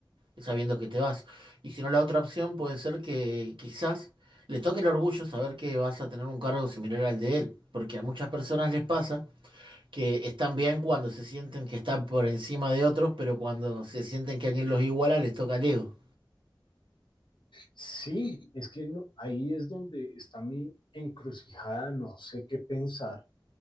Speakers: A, on the right; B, on the left.
A: sabiendo que te vas. Y si no, la otra opción puede ser que quizás le toque el orgullo saber que vas a tener un cargo similar al de él, porque a muchas personas les pasa que están bien cuando se sienten que están por encima de otros, pero cuando se sienten que alguien los iguala, les toca el ego.
B: sí, es que no- ahí es donde está mi encrucijada, no sé qué pensar,